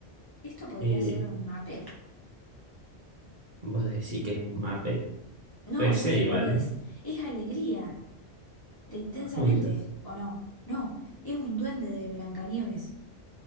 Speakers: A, on the left; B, on the right.
A: Esto podría
B: Eh,
A: ser un mapet.
B: vos decís que es un Muppet.
A: No,
B: Puede ser
A: ya sé
B: igual,
A: cuál es.
B: ¿eh?
A: Es Alegría, de Intensamente,
B: ¿Cómo que ya? es?
A: ¿o no? No, es un duende de Blancanieves.